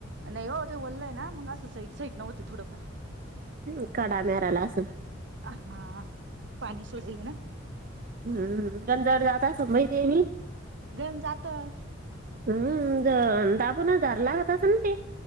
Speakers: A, on the right; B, on the right.
A: नाही ओ, ते वल्लं आहेना, मग असं सईट सईटने होते थोडंफार.
B: हम्म, कडा मेहराला असं.
A: हा, पाणी सोडेल आहे ना.
B: हम हम्म, गंजा आड जात असन बाई, ते बी.
A: गंज जातं.
B: हम्म, ज दाबूनच धरा लागत असन ना ते.